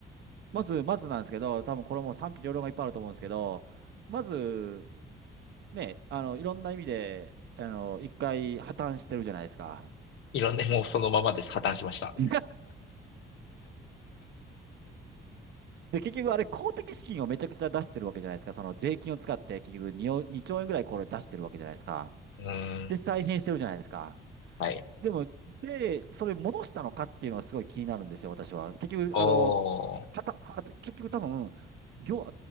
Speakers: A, on the right; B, on the left.
A: まず、まずなんですけど、多分これも賛否両論がいっぱいあると思うんですけど、まず、ね、あの、いろんな意味で、あの、一回破綻してるじゃないですか。
B: いろんな、もうそのままです。破綻しました。
A: <laughs> で、結局あれ公的資金をめちゃくちゃ出してるわけじゃないですか。その税金を使って結局 2, 2兆円ぐらいこれ出してるわけじゃないですか。
B: うーん。
A: で、再編してるじゃないですか。
B: はい。
A: でも、で、それ戻したのかっていうのがすごい気になるんですよ、私は。結局、
B: おー。
A: あの、はた、はた結局多分、業、